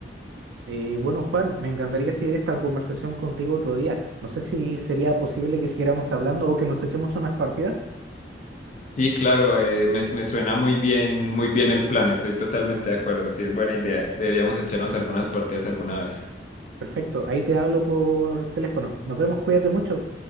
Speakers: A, on the right; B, on the left.
A: Eh, bueno, Juan, me encantaría seguir esta conversación contigo otro día. No sé si sería posible que siguiéramos hablando o que nos echemos unas partidas.
B: Sí, claro, eh, me, me suena muy bien, muy bien el plan, estoy totalmente de acuerdo, sí, es buena idea. Deberíamos echarnos algunas partidas alguna vez.
A: Perfecto, ahí te hablo por teléfono. Nos vemos, cuídate mucho.